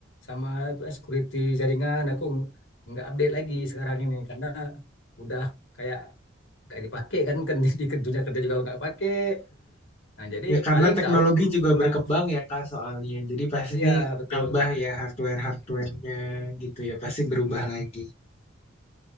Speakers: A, on the left (about 75°); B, on the left (about 30°).
A: sama eh, security jaringan aku nggak update lagi sekarang ini karena udah kayak nggak dipakai kan kan di di dunia kerja juga nggak pakai nah jadi
B: Ya karena
A: paling
B: teknologi
A: tahu dulu
B: juga
A: pernah
B: berkembang ya Kak soalnya. Jadi pasti
A: iya betul
B: nambah ya hardware-hardwarenya gitu ya. Pasti
A: Mm-mm.
B: berubah lagi.